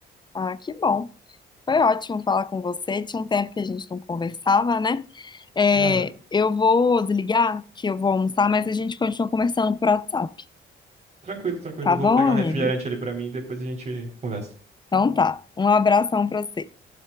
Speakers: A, on the left; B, on the right.
A: Ah, que bom. Foi ótimo falar com você. Tinha um tempo que a gente não conversava, né? É,
B: Aham.
A: eu vou desligar, que eu vou almoçar, mas a gente continua conversando por WhatsApp.
B: Tranquilo, tranquilo.
A: Tá
B: Eu vou
A: bom,
B: pegar
A: amigo?
B: um refrigerante ali pra mim e depois a gente conversa.
A: Então tá. Um abração pra você.